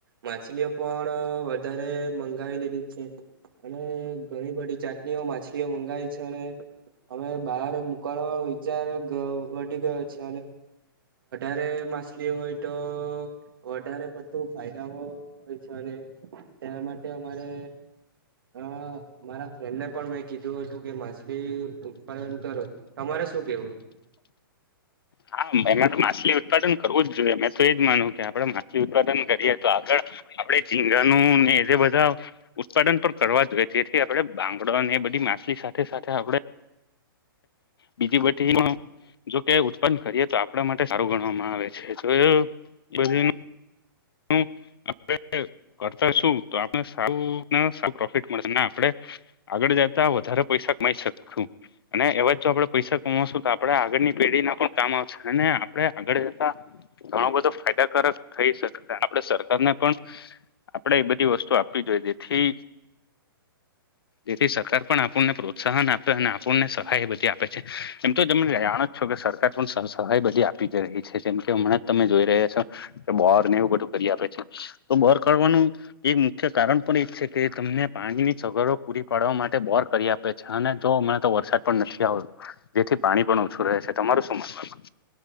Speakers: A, on the right; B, on the left.
A: માછલીઓ પણ વધારે મંગાવી લીધી. છે. અને ઘણી બધી જાતની ઓ માછલીઓ મંગાય છે અને હવે બહાર મુકળવાનો વિચાર ગ વધી ગયો. છે, અને માછલી હોય, તો વધારે બધું ફાયદાઓ હોય છે. અને તેના માટે અમારે અ મારા ફ્રેન્ડને પણ મેં કીધું હતું કે માછલી ઉત્પાદન કરો તમારે શું કેવું?
B: હા, એમાં તો માછલી ઉત્પાદન કરવું જ જોઈએ મેં તો એજ માનું કે આપડે માછલી ઉત્પાદન કરીએ તો આગળ આપડે ઝીંગાનુ, ને જે બધા ઉત્પાદન પણ કરવા જઈ જેથી આપડે બાંગડા ને એ બધી માછલી, સાથે સાથે આપણે બીજી બધી જોકે ઉત્પન્ન કરીએ તો આપણા માટે સારું ગણવામાં આવે છે, તો એ બધ હ, આપ કરતા શું તો આપને સારું સારું પ્રોફિટ મળશે ના આપડે આગળ, જતા વધારે પૈસા કમાઈ શકશૂ. અને એવા જ જો આપણેે પૈસા કમાવશું તો આપણેે આગળની પેઢી ના પણ કામ આવશે અને આપણે આગળ જતા ઘણો બધો ફાયદાકારક થઇ શકે. આપડે સરકારને પણ આપણેે એ બધી વસ્તુ આપવી જોઈએ જેથી જેથી સરકાર પણ આપણને પ્રોત્સાહન આપે. અને આપણને સહાય બધી આપે છે એમ તો તમે જાણો જ છો કે સરકાર પણ સ સહાય બધી આપી જ રહી. છે. જેમ કે હમણાં જ તમે જોઈ રહ્યા છો કે બોર ને એવું બધું કરી આપે છે તો બોર કરવાનું એ મુખ્ય કારણ પણ એ છે કે તમને પાણીની સગવડો પૂરી પાડવા માટે બોર કરી આપે છે અને જો હમણાં તો વરસાદ પણ નથી આવતો જેથી પાણી પણ ઓછું રહે છે. તમારું શું માનવાનું.